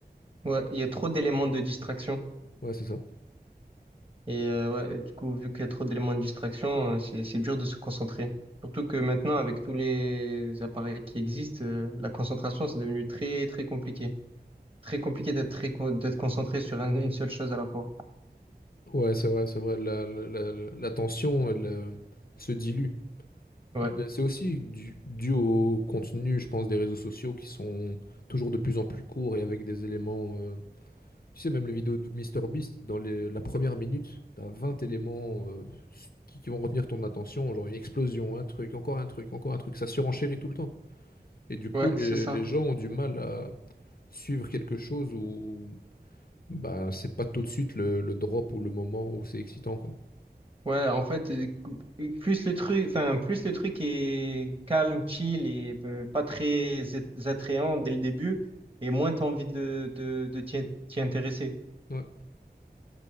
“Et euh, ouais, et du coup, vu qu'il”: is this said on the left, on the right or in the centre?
Right